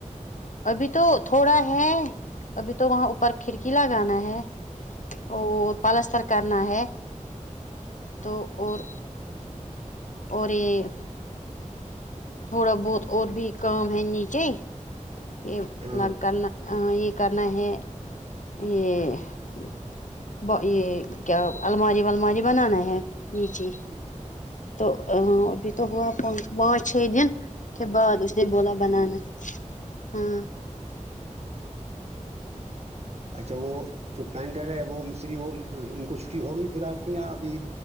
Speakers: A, on the left (about 70°); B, on the right (about 55°).
A: ابھی تو تھوڑا ہے ابھی تو وہاں اوپر کھڑکی لگانا ہے او پلستر کرنا ہے
B: اچھا
A: تو اور اور یہ تھوڑا بہت اور بھی کام ہے نیچے یہ
B: ہاں
A: لگ کرنا ہاں یہ کرنا ہے یہ ب یہ کیا الماری ول ماری بنانا ہے نیچے
B: ہوں اچھا
A: تو ابھی تو ہوا پانچ پانچ چھ دن کے بعد اس نے بولا بنانا
B: ہوں۔
A: ہاں
B: اچھا وہ جو پینٹر ہے وہ مصری وہ ان کو چھٹی ہوگئی فی الحال یہاں ابھی